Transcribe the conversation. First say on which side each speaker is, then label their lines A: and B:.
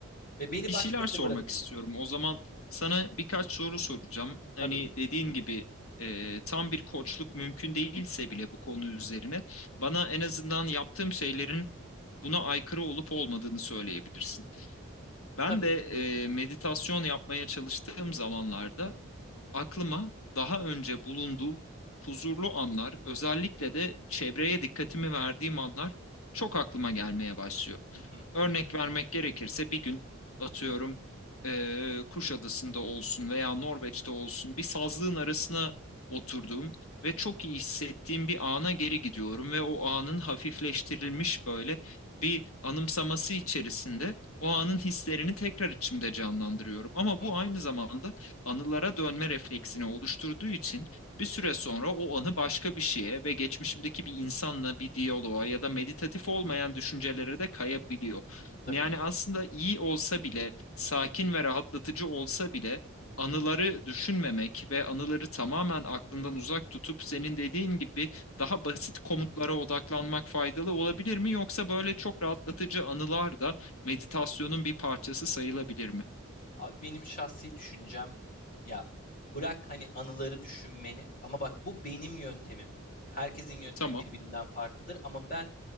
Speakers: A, on the left; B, on the left.
A: ve beni
B: bir
A: baş
B: şeyler
A: başa
B: sormak
A: bırakıyor.
B: istiyorum. O zaman sana birkaç soru soracağım. Hani
A: Tabii,
B: dediğin gibi e, tam bir koçluk mümkün değilse bile bu konu üzerine bana en azından yaptığım şeylerin buna aykırı olup olmadığını söyleyebilirsin. Ben
A: tabii.
B: de e, meditasyon yapmaya çalıştığım zamanlarda aklıma daha önce bulunduğum huzurlu anlar, özellikle de çevreye dikkatimi verdiğim anlar çok aklıma gelmeye başlıyor.
A: Hı hı,
B: Örnek vermek gerekirse bir gün atıyorum eee Kuşadası'nda olsun veya Norveç'te olsun bir sazlığın arasına oturduğum ve çok iyi hissettiğim bir ana geri gidiyorum ve o anın hafifleştirilmiş böyle bir anımsaması içerisinde o anın hislerini tekrar içimde canlandırıyorum. Ama
A: hı
B: bu aynı
A: hı.
B: zamanda anılara dönme refleksini oluşturduğu için bir süre sonra o anı başka bir şeye ve geçmişimdeki bir insanla bir diyaloğa ya da meditatif olmayan düşüncelere de kayabiliyor.
A: Tabii
B: Yani
A: ki.
B: aslında iyi olsa bile, sakin ve rahatlatıcı olsa bile anıları düşünmemek ve anıları tamamen aklından uzak tutup senin dediğin gibi daha basit komutlara odaklanmak faydalı olabilir mi? Yoksa böyle çok rahatlatıcı anılar da meditasyonun bir parçası sayılabilir mi?
A: Abi benim şahsi düşüncem ya bırak hani anıları düşünmeni ama bak bu benim yöntemim. Herkesin yöntemi
B: Tamam.
A: birbirinden farklıdır ama ben